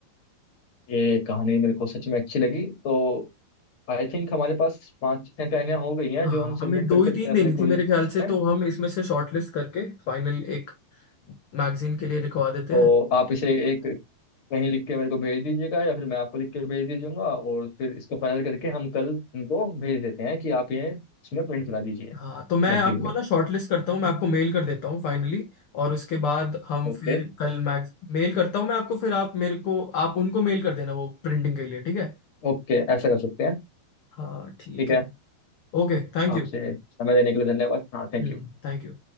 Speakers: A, on the left; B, on the left.
A: ये कहानी मेरे को सच में अच्छी लगी तो आई थिंक हमारे पास पांच छह कहानियां हो गई हैं
B: हाँ
A: जो हम सबमिट
B: हमें दो
A: कर सकते
B: ही तीन
A: हैं
B: देनी
A: अपने
B: थी
A: कॉलेज
B: मेरे ख्याल से
A: में
B: तो हम इसमें से शॉर्टलिस्ट करके फाइनल एक मैगजीन के लिए लिखवा देते
A: तो
B: हैं
A: आप इसे एक कहीं लिख के मेरे को भेज दीजिएगा या फिर मैं आपको लिख के भेज दीजूंगा और फिर इसको फाइनल करके हम कल इनको भेज देते हैं कि आप ये इसमें प्रिंट करा दीजिए
B: हाँ तो मैं
A: मैगजीन
B: आपको
A: में
B: ना शॉर्टलिस्ट करता हूँ मैं आपको मेल कर देता हूँ फाइनली और उसके बाद हम फिर
A: ओके
B: कल मैग मेल करता हूँ मैं आपको फिर आप मेरे को आप उनको मेल कर देना वो प्रिंटिंग के लिए ठीक है
A: ओके ऐसा कर सकते हैं
B: हाँ ठीक
A: ठीक
B: है
A: है
B: Okay thank
A: आपसे
B: you
A: समय देने के लिए धन्यवाद हाँ थैंक
B: Hmm
A: यू
B: thank you